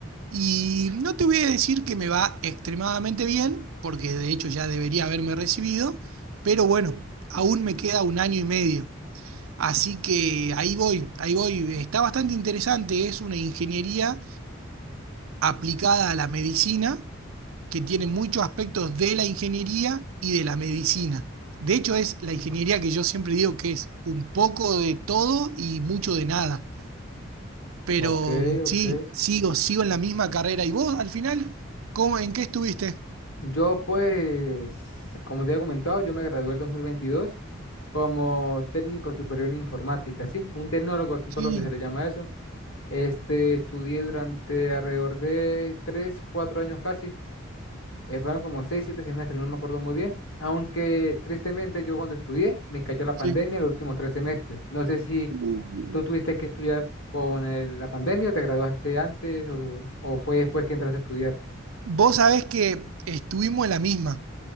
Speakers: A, on the right; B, on the left.
A: Y no te voy a decir que me va extremadamente bien, porque de hecho ya debería haberme recibido, pero bueno, aún me queda un año y medio. Así que ahí voy, ahí voy. Está bastante interesante, es una ingeniería aplicada a la medicina, que tiene muchos aspectos de la ingeniería y de la medicina. De hecho, es la ingeniería que yo siempre digo que es un poco de todo y mucho de nada. Pero
B: Ok,
A: mm, sí,
B: ok.
A: sigo, sigo en la misma carrera. ¿Y vos al final? ¿Cómo, en qué estuviste?
B: Yo, pues, como te había comentado, yo me gradué el 2022 como técnico superior en informática, ¿sí? Un tecnólogo aquí en
A: Sí,
B: Colombia se le llama eso. Este, estudié durante alrededor de tres, cuatro años casi Eh, fueron como seis, siete semestres, no me acuerdo muy bien. Aunque tristemente yo cuando estudié me cayó la pandemia
A: sí.
B: los últimos tres semestres. No sé si
A: Uh,
B: tú tuviste que estudiar con el- la pandemia o te graduaste antes o, o fue después que entraste a estudiar.
A: Vos sabés que estuvimos en la misma.